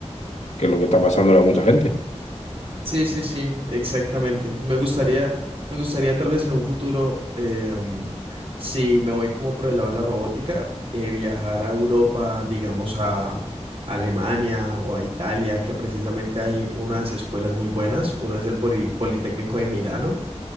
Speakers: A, on the left; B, on the right.
A: que es lo que está pasando a mucha gente.
B: Sí, sí, sí, exactamente. Me gustaría, me gustaría tal vez en un futuro, eh, um, si me voy como por el lado de la robótica, eh, viajar a Europa, digamos a Alemania o a Italia, que precisamente hay unas escuelas muy buenas. Uno es el Poli- Politécnico de Milano,